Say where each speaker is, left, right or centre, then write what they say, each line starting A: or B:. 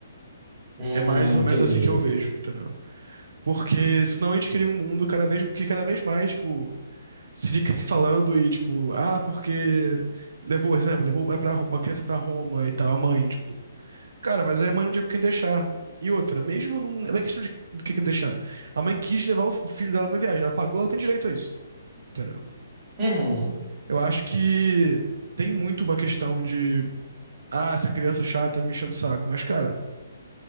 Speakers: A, on the right; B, on the right.
A: Hum,
B: É mais ou menos
A: entendi.
B: assim que eu vejo, entendeu? Porque senão a gente cria um mundo cada vez, que cada vez mais, tipo, se fica se falando e, tipo, ah, porque levou, exemplo, levou pra, pra- uma criança pra Roma e tal, a mãe, tipo, cara, mas aí a mãe não tinha com quem deixar. E outra, mesmo não, não é questão de do que quem deixar. A mãe quis levar o filho dela pra viagem, ela pagou, ela tem direito a isso, entendeu?
A: Uhum.
B: Eu acho que tem muito uma questão de, ah, essa criança chata me enchendo o saco, mas, cara.